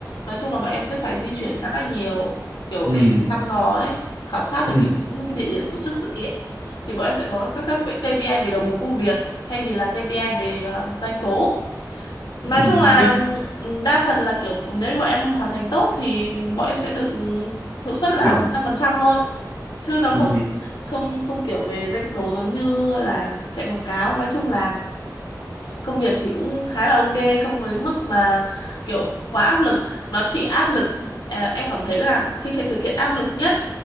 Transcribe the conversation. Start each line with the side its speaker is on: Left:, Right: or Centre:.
Left: nói chung là bọn em sẽ phải di chuyển khá là nhiều kiểu
Right: ừ
Left: để thăm dò ấy khảo sát được
Right: ừ
Left: cái, những cái địa điểm tổ chức sự kiện thì bọn em sẽ có các các KPI về đầu mục công việc thay vì là KPI về ờ, doanh số nói
Right: ừ
Left: chung là
Right: thích
Left: ừ, đa phần là kiểu nếu bọn em hoàn thành tốt thì bọn em sẽ được ừ, hiệu suất là
Right: tưởng
Left: một trăm phần trăm thôi chứ nó không
Right: ừ
Left: không không kiểu về doanh số giống như là chạy quảng cáo nói chung là công việc thì cũng khá là ok không có đến mức mà kiểu quá áp lực nó chỉ áp lực ờ, em cảm thấy là khi chạy sự kiện áp lực nhất